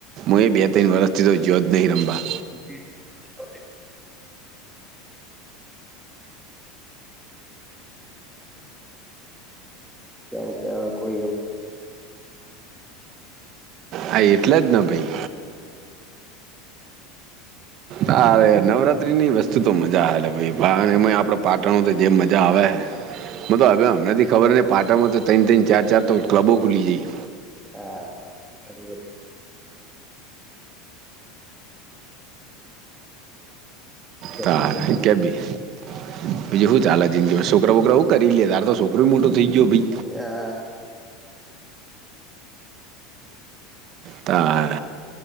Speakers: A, on the right (about 45°); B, in the centre.
A: હ એ બે ત્રણ વર્ષથી તો જ્યો જ નહીં રમવા.
B: <unintelligible> <unintelligible> <unintelligible> કોઈ.
A: હા, એટલે જ તો ભઈ.
B: <inaudible>
A: હા, નવરાત્રીની વસ્તુ તો મજા હાલે ભઈ એમાં આપડે પાટણ તો જેમ મજા આવે. મતલબ હવે હમણાથી ખબર ને પાટામાં તો ત્ર તન ચાર ચાર તો કલબો ખુલી જાય.
B: હા <unintelligible> જતી
A: તાર
B: થઈ છે
A: કેવીી પીી શું ચા આ જિંદગીમાં છોકરા છોકરાું કરી લે તાર તો છોકરોું મોટું થઇ ગયો ભ
B: આ
A: તાર